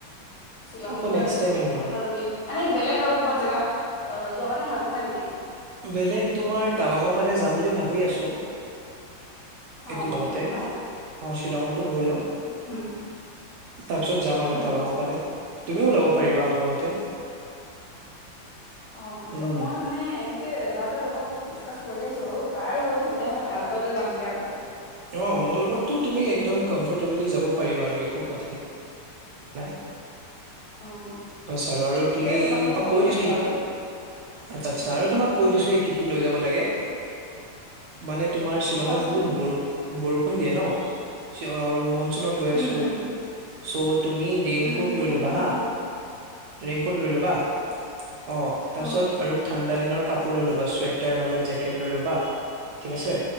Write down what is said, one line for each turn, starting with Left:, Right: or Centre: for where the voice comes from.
Left: শ্বিলং
Right: আকৌ
Left: যোৱাটোৱে
Right: নেক্সট টাইম
Left: ফিক্স
Right: আহিম
Left: কৰিছা
Right: দিয়া
Left: যদি এনেই বেলেগ কাৰো ক'বাত জাগা অ যোৱা কথা ভাবিছা নেকি
Right: বেলেগ তোমাৰ টাৱাঙৰ ফালে যাম বুলি ভাবি আছোঁ।
Left: টাৱাং
Right: এইটো বগতে
Left: ফালে ন?
Right: অ শ্বিলঙতো গৈলো
Left: হুম,
Right: তাৰপিছত যাম আৰু
Left: হুম।
Right: টাৱাঙৰ ফালে। তুমিও ওলাব পাৰিবা আমাৰ লগতে
Left: অ ত
Right: উম
Left: মই মানে এনে ত যা তাৰ লগত ডিচকাচ কৰি আছো আৰু কাৰ লগত সুবিধা হয় তাৰ লগতে যামগে আৰু।
Right: অ মোৰ লগতটো তুমি একদম কমফৰ্টেবলি যাব পাৰিবা আৰু একো কথা নাই। নাই।
Left: অ'
Right: বছ আৰু - আৰু
Left: সেইকাৰণে
Right: তুমি
Left: মই
Right: তোমাক
Left: কল
Right: কৈ
Left: কৰিছো
Right: দিছ কি
Left: আৰু
Right: আচ্ছা আচ্ছা আৰু তোমাক কৈ দিছোঁ দেই কি কি লৈ যাব লাগে, মানে তোমাৰ শ্বিলঙত
Left: কোৱাচোন।
Right: বহুত বৰুখ - বৰষুণ দিয়ে ন? <unintelligible> আৰু মন চুনত গৈ
Left: উম,
Right: আছো।
Left: উম,
Right: চত তুমি ৰেইনকোট
Left: উম,
Right: লৈ
Left: ঠাণ্ডা
Right: লবা
Left: হ'ব
Right: হা। ৰেইনকোট লৈ ল'বা অ'
Left: অ'
Right: তাৰপিছত আৰু ঠাণ্ডা দিনৰ কাপোৰ লৈ ল'বা চুৱেটাৰ নহ'লে জেকেট লৈ ল'বা। ঠিক আছে?